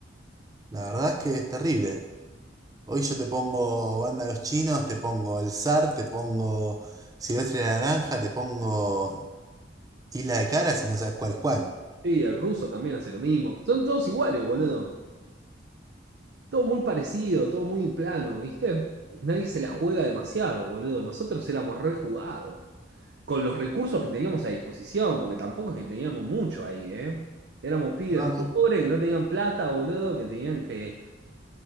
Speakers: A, on the right; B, on the right.
A: La verdad es que es terrible. Hoy yo te pongo Banda Los Chinos, te pongo El zar, te pongo... Silvestre de la Naranja, te pongo. Y la de cara si no sabes cuál es cuál.
B: Y el ruso también hace lo mismo. Son todos iguales, boludo. Todo muy parecido, todo muy plano, ¿viste? Nadie se la juega demasiado, boludo. Nosotros éramos rejugados. Con los recursos que teníamos a disposición, porque tampoco es que teníamos mucho ahí, ¿eh? Éramos pibes
A: No, no.
B: pobres que no tenían plata, boludo, que tenían que...